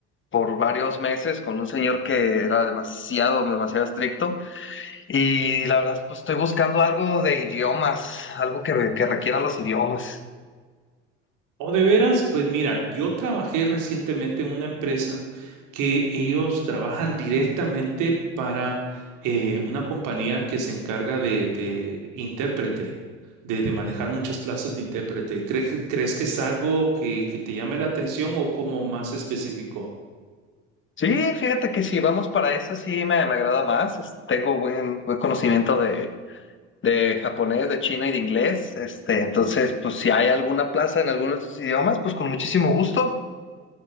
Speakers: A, on the left; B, on the right.
A: por varios meses con un señor que era demasiado, demasiado estricto. Y la verdad, pues estoy buscando algo de idiomas, algo que, que requiera los idiomas.
B: O de veras, pues mira, yo trabajé recientemente en una empresa que ellos trabajan directamente para eh, una compañía que se encarga de, de intérprete, de, de manejar muchas plazas de intérprete. ¿Cre- ¿Crees que es algo que, que te llame la atención o como más específico?
A: Sí, fíjate que si vamos para esa, sí me, me agrada más. Es- Tengo buen, buen conocimiento de japonés, de chino y de inglés. Este, entonces, pues si hay alguna plaza en alguno de estos idiomas, pues con muchísimo gusto.